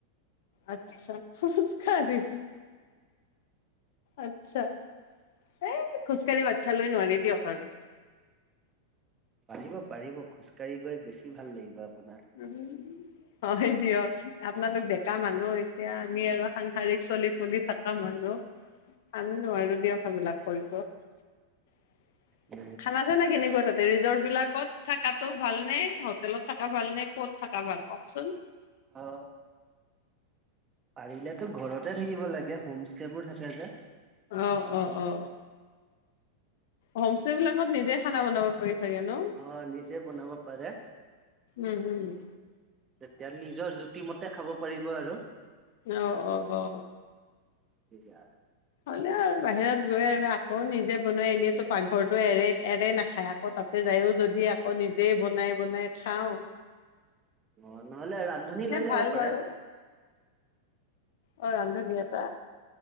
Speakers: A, on the left (about 60°); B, on the right (about 25°).
A: আচ্ছা খোজকাঢ়ি। আচ্ছা, এ খোজকাঢ়ি বাচ্ছা লৈ নোৱাৰি দিয়ক আৰু।
B: পাৰিব পাৰিব। খোজকাঢি গৈ বেছি ভাল লাগিব। আপোনাৰ
A: উম হয় দিয়ক। আপোনালোক ডেকা মানুহ এতিয়া আমি আৰু সাংসাৰিক চলি পুলি থকা মানুহ আমি নোৱাৰো দিয়ক সেইবিলাক। খানা
B: এ
A: চানা কেনেকুৱা তাতে ৰিজৰ্ট বিলাকত থাকাতটো ভাল নে হোটেলত থকা ভাল নে? ক'ত থাক ভাল কওকচোন।
B: অ পাৰিলেতো ঘৰতে থাকিব লাগে হোম ষ্টে বোৰ থাকে যে।
A: আহ অ অ। হোম ষ্টে বিলাকত নিজে খানা বনাব পাৰি চাগে ন?
B: অ নিজে বনাব পাৰে
A: উম হম। উ
B: তেতিয়া নিজৰ জুতি মতে খাব পাৰিব আৰু।
A: অ অ অ অ।
B: তেতিয়া।
A: হলেও। বাহিৰত গৈ আৰু আকৌ নিজে বনাই এনেতো পাকঘৰটো এৰে এৰে নাখায় আকৌ তাতে যায়ও যদি আকৌ নিজে বনাই বনাই। খাঁও।
B: অ, নহলে ৰান্ধনী লৈ যাব
A: ভাল
B: পাৰে।
A: বাৰু অ, ৰান্ধনী এটা।